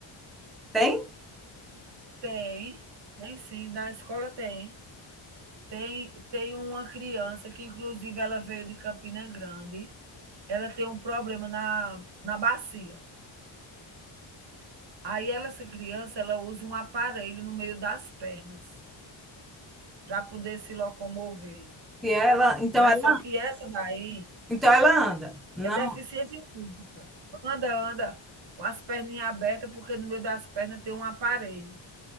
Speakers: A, in the centre; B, on the right.
A: Tem?
B: tem, tem sim, na escola tem. Tem tem uma criança que inclusive ela veio de Campina Grande, ela tem um problema na na bacia. Aí ela essa criança, ela usa um aparelho no meio das pernas, para poder se locomover.
A: E ela, então
B: Mas
A: ela,
B: só que essa daí
A: então ela anda. Não
B: É deficiência física. Anda, anda com as perninhas abertas, porque no meio das pernas tem um aparelho.